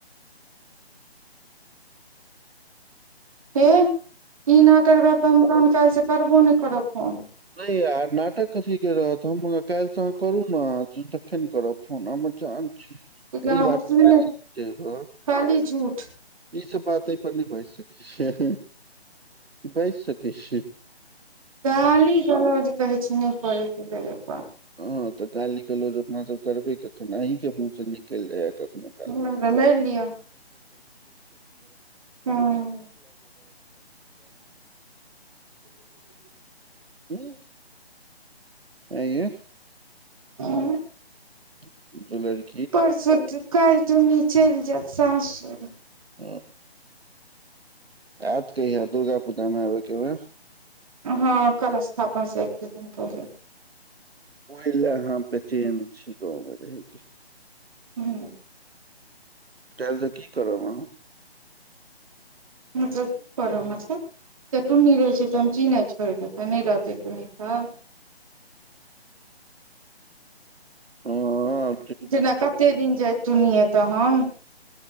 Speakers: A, on the right; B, on the right.
A: हे ई नाटक रहत त काल्हि से करबो नहि करब फोन
B: नहि यार नाटक कथीक के रहत हम काईल सँ अहाँ करू ने तखन करब फोन हमर जान
A: कियाकि अहाँ
B: ई बातै
A: उठबे नहि
B: ह
A: खाली झूठ
B: ई सब बात एहि परर नहि बाजि सकै छै बाजि सकै छी
A: गाली गलौज कहै छै नहि करैके लेल ओइपर
B: ह तऽ गाली गलौज अपना सब करबे कखन अहिं के मुंह से निकलि जाया कखनो
A: ओकरा लड़ि लिअ हँ
B: <unintelligible> <unintelligible> <unintelligible> आए ऐ
A: <unintelligible>
B: <unintelligible>
A: परसु काल्हि चुन्नी चलि जाएत सासुर
B: <unintelligible> यात कहि दुर्गा पूजा में आब एके बेर
A: हू कलश स्थापन स एक दु दिन पहले
B: <unintelligible> अहाँ बेचेन छी गाँव मे रहै केँ
A: <unintelligible>
B: टल कि करबाँ
A: मतलब कि करब मतलब तटुन्नी रहै छै तऽ हम ची छोड़ नहि रहतै त
B: आ।
A: जेना कते दिन जायुने तऽ हम।